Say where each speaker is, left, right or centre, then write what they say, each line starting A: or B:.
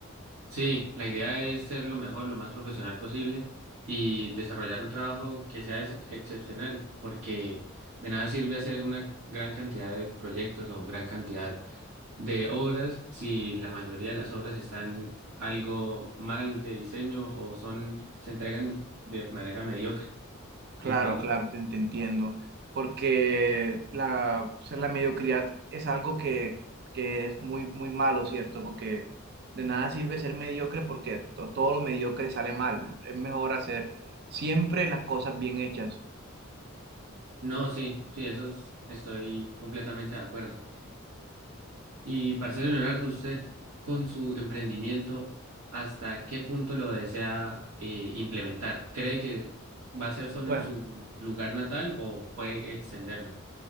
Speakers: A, on the right; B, on the right.
A: Sí, la idea es ser lo mejor, lo más profesional posible y desarrollar un trabajo que sea ex- excepcional, porque de nada sirve hacer una gran cantidad de proyectos o gran cantidad de obras si la mayoría de las obras están algo mal de diseño o son se entregan de manera mediocre.
B: Claro,
A: Entonces,
B: claro, te, te entiendo, porque la, o sea, la mediocridad es algo que, que es muy, muy malo, ¿cierto? Porque de nada sirve ser mediocre porque to- todo lo mediocre sale mal, es mejor hacer siempre las cosas bien hechas.
A: No, sí, sí, eso es- estoy completamente de acuerdo. Y, parcero Leonardo, usted con su emprendimiento, ¿hasta qué punto lo desea eh, implementar? ¿Cree que va a ser solo
B: Bueno.
A: en su lugar natal o puede extenderlo?